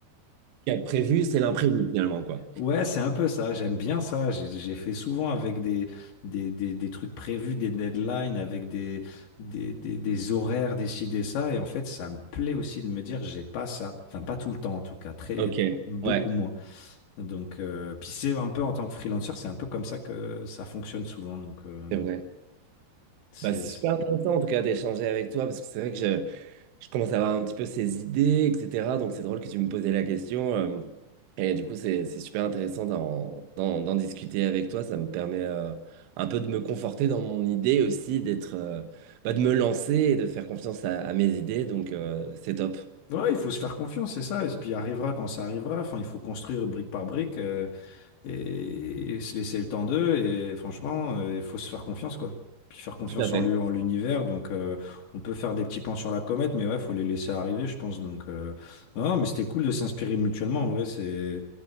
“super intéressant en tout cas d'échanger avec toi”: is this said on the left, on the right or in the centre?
Right